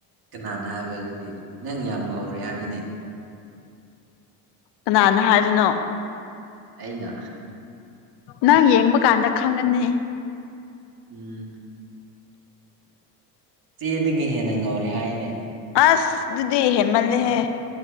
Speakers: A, on the right; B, on the left.
A: ꯀꯅꯥꯅ ꯍꯥꯏꯕ ꯑꯗꯨꯗꯤ ꯅꯪ ꯌꯥꯝ ꯉꯧꯔꯦ ꯍꯥꯏꯅꯦ꯫
B: ꯀꯅꯥꯅ ꯍꯥꯏꯕꯅꯣ꯫
A: ꯑꯩꯅ꯫
B: ꯅꯪ ꯌꯦꯡꯕ ꯀꯥꯟꯗ ꯈꯪꯒꯅꯤ꯫
A: ꯎꯝ ꯆꯦꯗꯒꯤ ꯍꯦꯟꯅ ꯉꯧꯔꯦ ꯍꯥꯏꯅꯦ꯫
B: ꯑꯁ ꯑꯗꯨꯗꯤ ꯍꯦꯟꯃꯥꯜꯂꯦꯍꯦ꯫